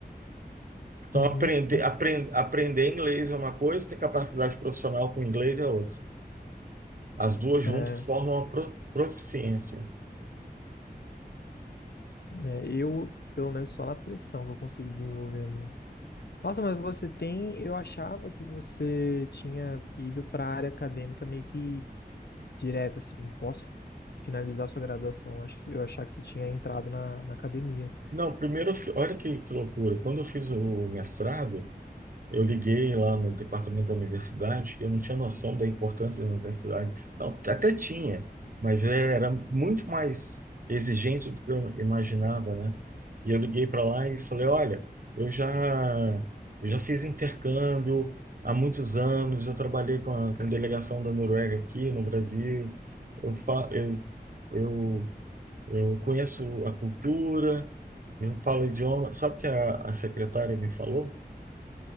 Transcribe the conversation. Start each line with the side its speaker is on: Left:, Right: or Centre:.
Right: Então,
Left: Uhum.
Right: aprender,
Left: Bom,
Right: aprend, aprender inglês é uma coisa, ter capacidade profissional com inglês é outra. As duas juntas
Left: É,
Right: formam uma pro- proficiência.
Left: é, eu, pelo menos, só na pressão que eu consegui desenvolver mesmo. Nossa, mas você tem. Eu achava que você tinha ido para a área acadêmica meio que direto, assim. Posso finalizar sua graduação? Acho que eu achava que você tinha entrado na, na academia.
Right: Não, primeiro, eu fi- olha que, que loucura. Quando eu fiz o mestrado, Eu liguei lá no departamento da universidade, eu não tinha noção da importância da universidade. Não, até tinha, mas era muito mais exigente do que eu imaginava, né? E eu liguei para lá e falei, olha, eu já, eu já fiz intercâmbio há muitos anos, eu trabalhei com a, com a delegação da Noruega aqui no Brasil, eu, fa eu, eu, eu conheço a cultura, eu falo o idioma. Sabe o que a, a secretária me falou?